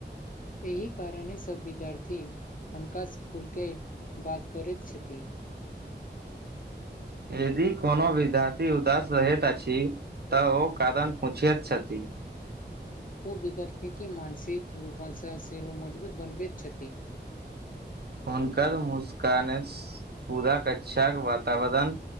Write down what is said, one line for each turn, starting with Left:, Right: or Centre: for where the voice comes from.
Left: एहि कारणे सब विद्यार्थी हनका खुलके बात करैत छथि
Right: यदि कोनो विद्यार्थी उदास रहैत अछि तऽ ओ कारन पूछिैत छथि
Left: ओ विद्यार्थीके मानसिक रूप सँ सेहो मजबूत बनबैत छथि
Right: हुनकर मुस्कान पूरा कक्षा के वातावरण